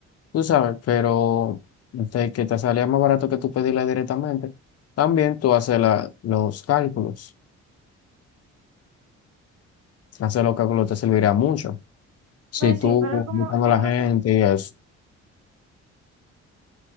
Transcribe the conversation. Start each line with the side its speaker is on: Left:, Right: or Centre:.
Left: tú sabes, pero de que te salía más barato que tú pedirla directamente. También tú haces la- los cálculos. Hacer los cálculos te servirá mucho. Si
Right: Pues
Left: tú
Right: sí, pero como
Left: buscando
Right: es
Left: a la
Right: lo
Left: gente
Right: que,
Left: y eso.